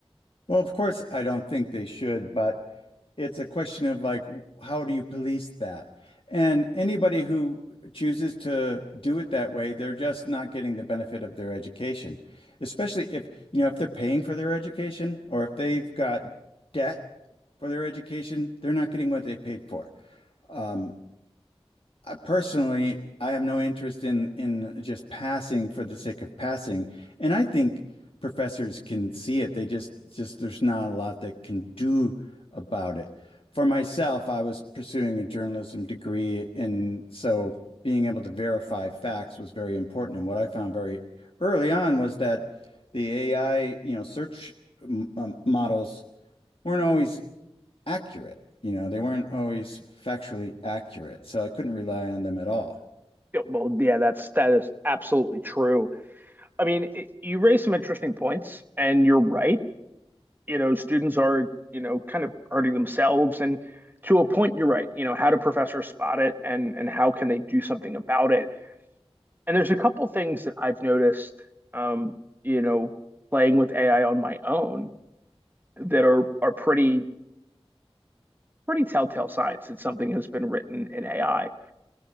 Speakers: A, on the left; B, on the right.
A: Well, of course, I don't think they should, but it's a question of like, w- how do you police that? And anybody who chooses to do it that way, they're just not getting the benefit of their education, especially if, you know, if they're paying for their education or if they've got debt for their education, they're not getting what they paid for. Um, I personally, I have no interest in in just passing for the sake of passing. And I think professors can see it. They just just there's not a lot that can do about it. For myself, I was pursuing a journalism degree, and so being able to verify facts was very important. And what I found very early on was that the AI, you know, search m- um, models weren't always accurate. You know, they weren't always factually accurate, so I couldn't rely on them at all.
B: Yeah, Well, yeah, that's that is absolutely true. I mean, it, you raise some interesting points, and you're right. You know, students are you know kind of hurting themselves, and to a point, you're right. You know, how do professors spot it, and and how can they do something about it? And there's a couple things that I've noticed, um, you know, playing with AI on my own that are are pretty pretty telltale signs that something has been written in AI.